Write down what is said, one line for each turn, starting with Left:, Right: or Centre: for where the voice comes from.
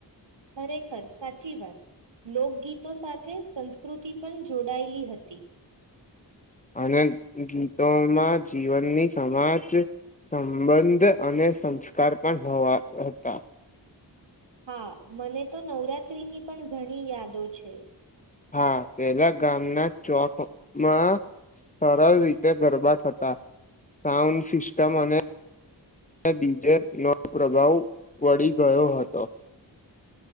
Right: ખરેખર સાચી વાત. લોકગીતો સાથે સંસ્કૃતિ પણ જોડાયેલી હતી.
Left: અને ગીતોમાં જીવનની સમાજ સંબંધ અને સંસ્કાર પણવા હતા.
Right: હા મને તો નવરાત્રીની પણ ઘણી યાદો છે.
Left: હા પહેલા ગામના ચોકમાં સરળ રીતે ગરબા હતા સાઉન્ડ સિસ્ટમ અને બીજે નો પ્રભાવ વળી ગયો હતો.